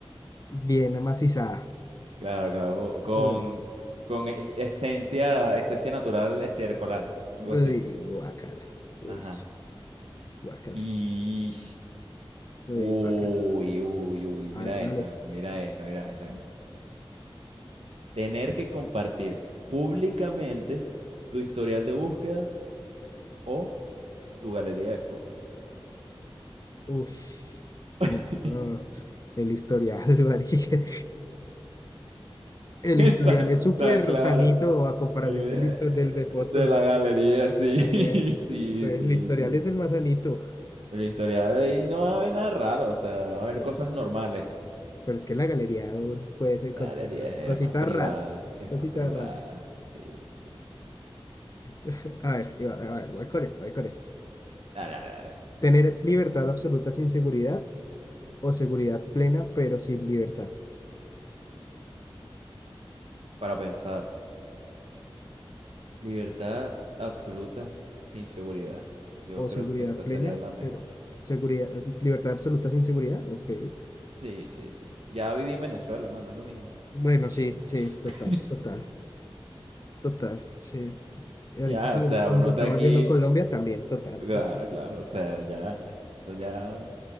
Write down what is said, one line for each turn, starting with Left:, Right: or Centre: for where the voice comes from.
Left: bien amacizada.
Right: Claro, claro. u- Con,
Left: Uy,
Right: con e- esencia, esencia natural estercolal, algo
Left: uy,
Right: así.
Left: guácala, uy,
Right: Ajá.
Left: guácala,
Right: Y
Left: uy,
Right: Uy,
Left: guácala.
Right: uy, uy,
Left: A
Right: mira
Left: ver, dale.
Right: esta, mira esta, mira esta, mira esta. Tener que compartir públicamente tu historial de búsqueda o tu galería de fotos.
Left: Uy,
Right: <laughs>
Left: y no, no, el historial, <laughs> marica. El
Right: Está,
Left: historial es súper
Right: está claro.
Left: sanito a comparación
Right: El, eh,
Left: del histo- del de fotos.
Right: De la galería, sí,
Left: eh,
Right: <laughs> sí,
Left: sí, el
Right: sí,
Left: historial
Right: sí.
Left: es el más sanito.
Right: El historial ahí no va a haber nada raro, o sea, va a haber
Left: eh,
Right: cosas normales.
Left: pero es que en la galería aún puedes encontrar
Right: La galería
Left: cositas
Right: es más privada,
Left: raras.
Right: es
Left: Cositas
Right: más privada.
Left: raras.
Right: Sí, sí, sí.
Left: <laughs> A ver, iba- a
Right: Eh,
Left: ver, voy con esto, voy con esto.
Right: Dale, dale, dale.
Left: Tener libertad absoluta sin seguridad o seguridad plena pero sin libertad.
Right: para pensar. Libertad absoluta sin seguridad. Yo
Left: O
Right: creo
Left: seguridad
Right: que esa
Left: plena,
Right: sería la mejor.
Left: pero seguridad, libertad absoluta sin seguridad. Ok.
Right: Sí, sí, sí. Ya viví en Venezuela, mano, es lo mismo.
Left: Bueno, sí,
Right: <laughs>
Left: sí, total, total, total, sí. Y ahorita
Right: Ya,
Left: como,
Right: o sea,
Left: le- como
Right: uno
Left: se
Right: está
Left: está
Right: aquí.
Left: volviendo Colombia, también, total,
Right: Claro,
Left: total.
Right: claro, o sea, ya, ya. Eso ya,